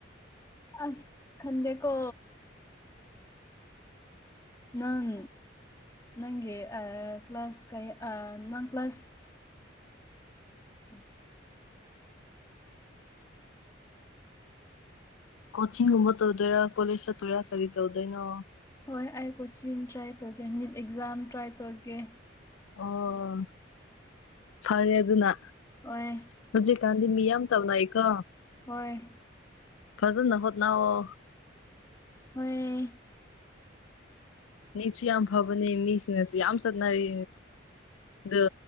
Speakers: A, on the left (about 15°); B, on the left (about 90°).
A: ꯑꯁ ꯈꯪꯗꯦꯀꯣ ꯅꯪ ꯅꯪꯒꯤ ꯑꯥ ꯀ꯭ꯂꯥꯁ ꯀ ꯑ ꯅꯪ ꯀ꯭ꯂꯥꯁ ꯎꯝ
B: ꯀꯣꯆꯤꯡꯒꯨꯝꯕ ꯇꯧꯗꯣꯏꯔꯥ ꯀꯣꯂꯦꯖ ꯆꯠꯇꯣꯏꯔꯥ ꯀꯔꯤ ꯇꯧꯗꯣꯏꯅꯣ
A: ꯍꯣꯏ ꯑꯩ ꯀꯣꯆꯤꯡ ꯇ꯭ꯔꯥꯏ ꯇꯧꯒꯦ ꯅꯤꯗ ꯑꯦꯛꯖꯥꯝ ꯇ꯭ꯔꯥꯏ ꯇꯧꯒꯦ
B: ꯑꯣ ꯐꯔꯦ ꯑꯗꯨꯅ
A: ꯍꯣꯏ
B: ꯍꯧꯖꯤꯛꯀꯥꯟꯗꯤ ꯃꯤꯌꯥꯝ ꯇꯅꯥꯏ ꯀꯣ
A: ꯍꯣꯏ
B: ꯐꯖꯅ ꯍꯣꯠꯅꯧꯑꯣ
A: ꯍꯣꯏ
B: ꯅꯤꯠꯁꯤ ꯌꯥꯝ ꯐꯕꯅꯦ ꯃꯤꯁꯤꯡꯅꯁꯨ ꯌꯥꯝ ꯆꯠꯅꯔꯤ ꯗꯣ